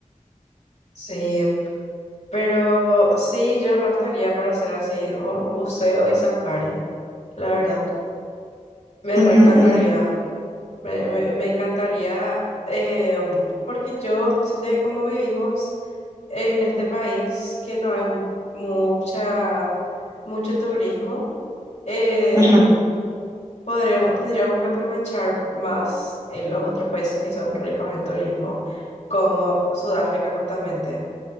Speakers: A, on the left; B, on the right.
A: Sí, pero sí, yo restaría para hacer así o buceo y safari, la verdad. Me
B: Ujú,
A: reencantaría.
B: ujú,
A: Me, me- me encantaría, em, porque yo siento que como vivimos en este país, que no hay mu- mucha, mucho turismo, em,
B: ujú,
A: podríamos, tendríamos que aprovechar más en los otros países que son ricos en turismo, como Sudáfrica justamente.